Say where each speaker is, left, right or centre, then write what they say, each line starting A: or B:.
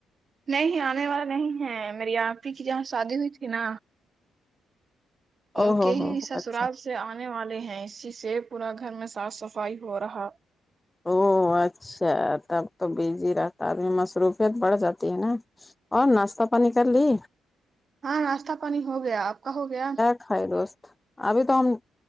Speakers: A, on the right; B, on the left.
A: نہیں آنے والا نہیں ہے میری آپپی کی جہاں شادی ہوئی تھی نا
B: او
A: ان کے
B: ہو ہو
A: ہی سسرال
B: اچھا
A: سے آنے والے ہیں اسی سے پورا گھر میں صاف صفائی ہو رہا
B: او اچھا تب تو بزی رہتا آدمی مصروفیت بڑھ جاتی ہے نا اور ناشتہ پانی کری
A: ہاں ناشتہ پانی ہو گیا آپ کا ہو گیا
B: خر دوست ابھی تو ہم